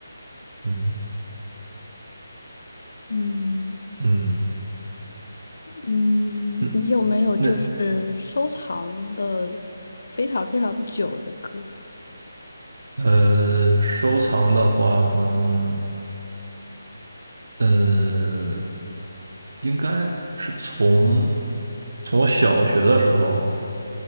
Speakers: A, on the right; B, on the left.
A: 嗯
B: 嗯
A: 嗯
B: 嗯，
A: 嗯，
B: 你有没有就是收藏的非常非常久的歌？
A: 那呃，收藏的话，可能呃，应该是从从我小学的时候。